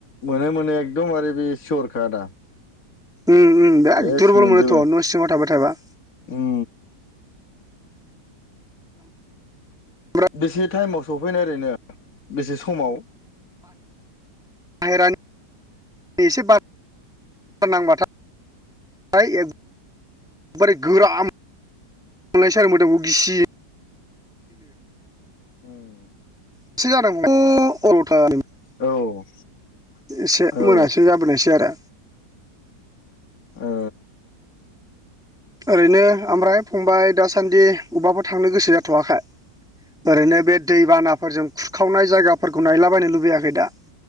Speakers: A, on the left; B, in the centre.
A: मोनो मोनो एकदमबारे बे सिउरखा आदा।
B: उम उम बिराद
A: सेस
B: दुरबल
A: मोनजोबो
B: मोनोथ' न' सिङाव थाबाय थाबा।
A: उम
B: ओमफ्राय
A: बेसे टाइमाव सफैनाय ओरैनो बेसे समाव?
B: बाहेरानि एसे बार नांबाथाय ओफ्राय एखबारे गोराआ मोन मोनलायसै आरो मोदोमखौ गिसिनो
A: उम।
B: <unintelligible>
A: औ।
B: एसे
A: औ ओ
B: मोनासो जाबोनायसै आरो।
A: ओ।
B: ओरैनो ओमफ्राय फंबाय दासान्दि अबबाफोरा थांनो गोसो जाथ'वाखै? ओरैनो बे दैबानाफोरजों खुरखावनाय जायगाफोरखौ नायलाबायनो लुबैयाखै दा?